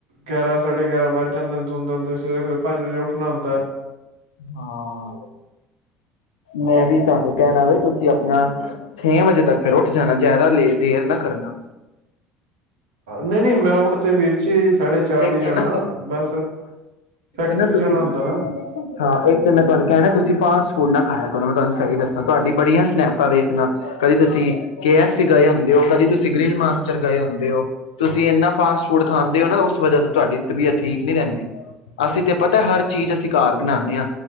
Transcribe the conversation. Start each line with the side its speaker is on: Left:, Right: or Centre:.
Right: ਗਿਆਰਾਂ ਸਾਢਡੇ ਗਿਆਰਾਂ ਵੱਜ ਜਾਂਦੇ ਹੁੰਦੇ ਜ ਸਵੇਰੇ ਫਰ ਪੰਜ ਵਜੇ ਉੱਠਣਾਉੁੰਦਾ ਹੈ
Left: ਹਾਂ ਮੈਂ ਵੀ ਤਾਂ ਫ਼ਿਰ ਕਹਿਣਾ ਵੈ ਤੁਸੀਂ ਆਪਣਾ ਛੇ ਵਜੇ ਤੱਕ ਫੇਿਰ ਉੱਠ ਜਾਣਾ ਜ਼ਿਆਦਾ ਲ ਦੇਰ ਨਾ ਕਰਨਾ
Right: ਨਹੀਂ ਨਹੀਂ ਮੈਂ ਉੜ ਤੇ ਵੀਰ ਜੀ
Left: ਇੱਕ
Right: ਹੀ ਜਾਣਾ
Left: ਨਾ ਤੁ
Right: ਬਸ ਫੈਕਟਰੀ
Left: ਤੁਸੀਂ
Right: ਜਾਣਾ ਹੁੰਦਾ ਨਾ
Left: ਹਾਂ ਇੱਕ ਤੇ ਨਾ ਤੂਅਨੂੰ ਕਹਿਣਾ ਤੁਸੀਂ ਫਾਸਟ ਫੂਡ ਨਾ ਖਾਇਆ ਕਰੋ ਮੈਂ ਤੁਹਾਨੂੰ ਸਹੀ ਦੱਸਾਂ ਤੁਹਾਡੀ ਬੜੀਆਂ ਸਨੈਪਾਂ ਵੇਖਣਾ ਕਦੇ ਤੁਸੀਂ ਕੇ ਐਫ ਸੀ ਗਏ ਹੁੰਦੇ ਹੋ ਕਦੀ ਤੁਸੀਂ ਗ੍ਰਿਲ ਮਾਸਟਰ ਗਏ ਹੁੰਦੇ ਹੋ ਤੁਸੀਂ ਇੰਨਾ ਫਾਸਟ ਫੂਡ ਖਾਂਦੇ ਹੋ ਨਾ ਵਜ੍ਹਾ ਤੋਂ ਤੁਹਾਡੀ ਤਬੀਅਤ ਠੀਕ ਨਹੀਂੀ ਰਹਿੰਦੀ ਅਸੀਂ ਤੇ ਪਤਾ ਹਰ ਚੀਜ਼ ਅਸੀਂ ਘਰ ਬਣਾਉਦੇ ਹਾਂ